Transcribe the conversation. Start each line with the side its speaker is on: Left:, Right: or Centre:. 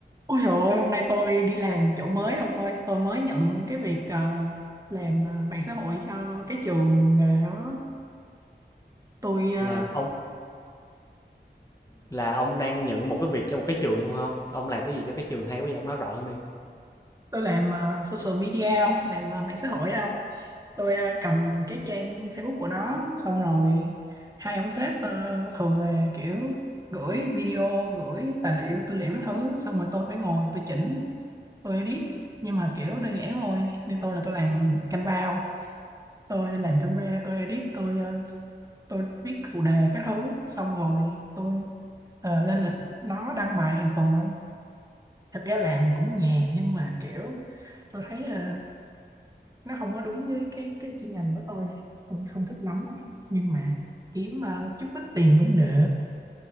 Right: Ôi trời ơi, hôm nay tôi đi làm chỗ mới ông ơi, tôi mới nhận cái việc ờ, làm ờ, mạng xã hội cho cái trường nghề đó. Tôi ờ,
Left: Là ông là ông đang nhận một cái việc cho một cái trường luôn không Ông làm cái gì cho cái trường hay quá vậy? Ông nói rõ hơn đi.
Right: tôi làm ờ, social media, ông, làm ờ, mạng xã hội không? Tôi ờ, cầm cái trang Facebook của nó xong rồi hai ông sếp ờ, thường là kiểu gửi video, gửi tài liệu, tư liệu cái thứ xong rồi tôi phải ngồi tôi chỉnh, tôi edit nhưng mà kiểu đơn giản thôi. Như tôi là tôi làm Canva tôi làm camera tôi edit tôi ờ, tôi viết phụ đề các thứ xong rồi tôi ờ, lên lịch nó đăng bài hàng tuần không thật ra làm cũng nhàn nhưng mà kiểu tôi thấy ờ, nó không có đúng với cái cái chuyên ngành của tôi không tôi không thích lắm không nhưng mà kiếm ờ, chút ít tiền cũng được